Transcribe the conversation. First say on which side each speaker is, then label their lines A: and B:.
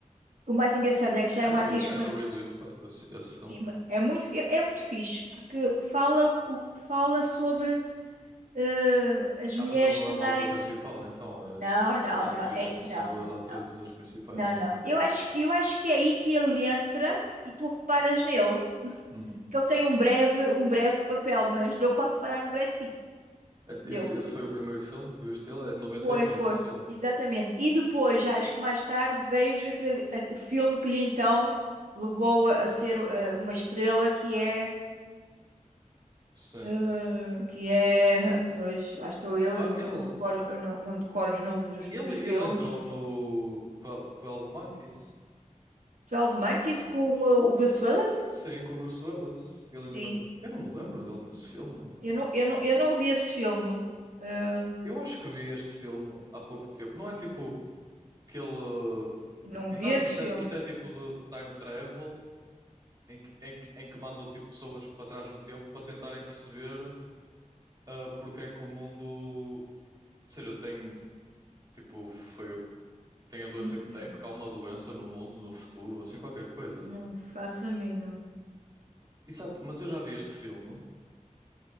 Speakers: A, on the right; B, on the right.
A: O mais engraçado é que já
B: Ah,
A: eram
B: É
A: atrizes
B: do, é do Ridley Scott, esse, esse filme.
A: Sim, ma- é muito, é é muito fixe, porque fala, o, o- fala sobre eh, as
B: Ah,
A: mulheres
B: mas ele não
A: tornarem.
B: é um ator principal, então. É, s-
A: Não, não,
B: as atrizes,
A: não, é-
B: são
A: não,
B: duas atrizes
A: não,
B: as principais,
A: não,
B: não
A: não. Eu acho, eu acho que é aí que ele entra e tu reparas nele,
B: é? Hum.
A: porque ele tem um breve, um breve papel, mas deu para reparar no Brad Pitt.
B: É-
A: Deu.
B: Isso, esse foi o primeiro filme que eu vi dele, é de noventa
A: Foi,
B: e um
A: foi.
B: esse filme.
A: Exatamente. E depois, já acho que mais tarde, vejo aquele- a- o filme que lhe então levou a, a ser eh, uma estrela, que é
B: Sim.
A: eh, que é. Pois, lá estou eu,
B: Ah,
A: eu não,
B: ele,
A: não decoro, eu não, não decoro os nomes dos,
B: ele,
A: dos filmes.
B: ele entrou no Twelve Monkeys.
A: 12 Monkeys com o, o Bruce Willis?
B: Sim, com o Bruce Willis. Ele
A: Sim.
B: entrou. ne- Eu não me lembro dele nesse filme.
A: Eu não, eu não, eu não vi esse filme. Eh,
B: Eu acho que vi este filme há pouco tempo. Não é tipo que ele.
A: não
B: Exato,
A: vi esse
B: isto
A: filme.
B: é, isto é tipo de time travel em que, em que, em que mandam tipo, pessoas para trás no tempo para tentarem perceber ah, porque é que o mundo. Ou seja, tem tipo, foi, tem a doença
A: Hum,
B: que tem,
A: hum.
B: porque há uma doença no mundo, no futuro, assim qualquer coisa.
A: Não faço a mínima.
B: Exato, mas eu já vi este filme.